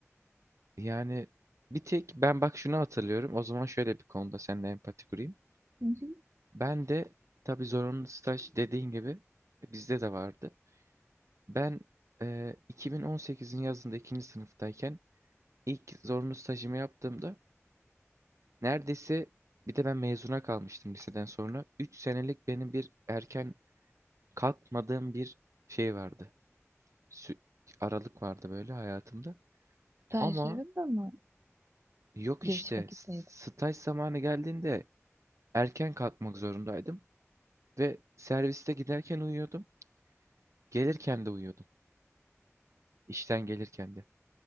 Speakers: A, on the right (about 75°); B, on the right (about 65°).
A: yani bir tek ben bak şunu hatırlıyorum. O zaman şöyle bir konuda seninle empati kurayım.
B: Bugün
A: Ben de tabii zorunlu staj dediğin gibi e, bizde de vardı. Ben e, 2018'in yazında ikinci sınıftayken İlk zorunlu stajımı yaptığımda neredeyse bir de ben mezuna kalmıştım liseden sonra. üç senelik benim bir erken kalkmadığım bir şey vardı. Sü- Aralık vardı böyle hayatımda.
B: stajlarım
A: Ama
B: da mı
A: yok
B: geç
A: işte
B: vakitteydi?
A: s- staj zamanı geldiğinde erken kalkmak zorundaydım. Ve serviste giderken uyuyordum. Gelirken de uyuyordum. İşten gelirken de.